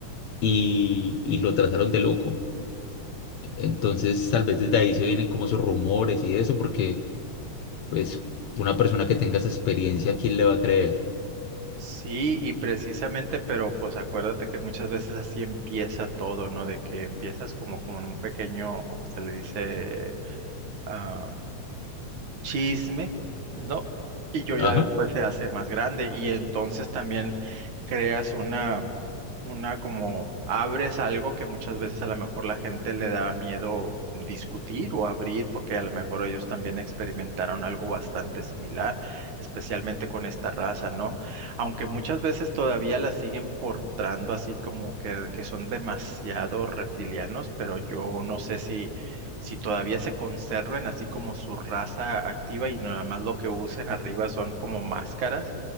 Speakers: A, on the left (about 60°); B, on the right (about 85°).
A: y, y lo trataron de loco. Entonces tal vez desde ahí se vienen como esos rumores y eso, porque pues una persona que tenga esa experiencia, ¿quién le va a creer?
B: Sí, y precisamente, pero pues acuérdate que muchas veces así empieza todo, ¿no? De que empiezas como, como en un pequeño, se le dice, ah, chisme, ¿no? Y yo
A: Ajá.
B: ya después se hace más grande y entonces también creas una, una como abres algo que muchas veces a lo mejor la gente le daba miedo discutir o abrir porque a lo mejor ellos también experimentaron algo bastante similar, especialmente con esta raza, ¿no? Aunque muchas veces todavía la siguen portando así como que, que son demasiado reptilianos, pero yo no sé si si todavía se conserven así como su raza activa y nada más lo que usen <laughs> arriba son como máscaras